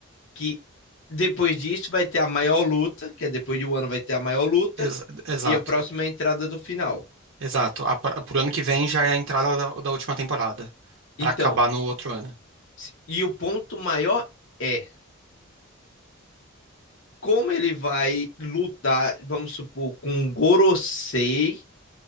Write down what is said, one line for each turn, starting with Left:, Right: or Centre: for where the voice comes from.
Left: que depois disso vai ter a maior luta, que é depois de um ano vai ter a maior luta,
Right: Ex- exato,
Left: e a próxima é a entrada do final.
Right: exato. A, pra- pro ano que vem já é a entrada da, da última temporada, Pra
Left: Então,
Right: acabar no outro ano.
Left: se- e o ponto maior é como ele vai lutar, vamos supor, com o Gorosei,